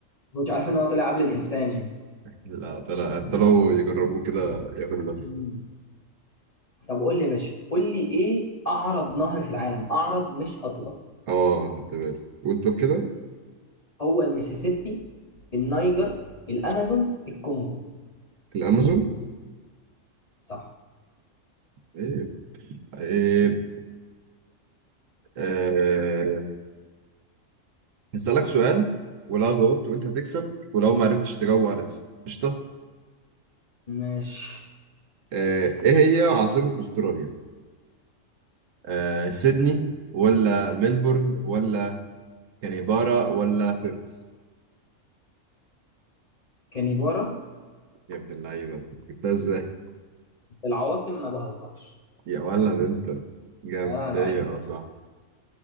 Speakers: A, on the left (about 35°); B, on the right (about 75°).
A: كنتش عارف ان هو طلع قبل الانسان يعني
B: لا طلع طلعوا يجربوه كده ياخد لفة
A: مم. طب قول لي يا باشا قول لي ايه اعرض نهر في العالم اعرض مش اطول
B: اه خدت بالي قول طب كده
A: هو الميسيسيبي النيجر الامازون الكونغو
B: الامازون
A: صح
B: ايه ايه آه... هسألك سؤال ولو جاوبت وانت هتكسب ولو ما عرفتش تجاوبه انا هكسب قشطة
A: ماشي
B: آه، ايه هي عاصمة استراليا آه، سيدني ولا ملبورن ولا كانبارا ولا بيرث
A: كانيبارا
B: يا ابن اللعيبة جبتها ازاي
A: في العواصم ما بهزرش
B: يا ولد انت جامد
A: اه لعيبه
B: هي اه صح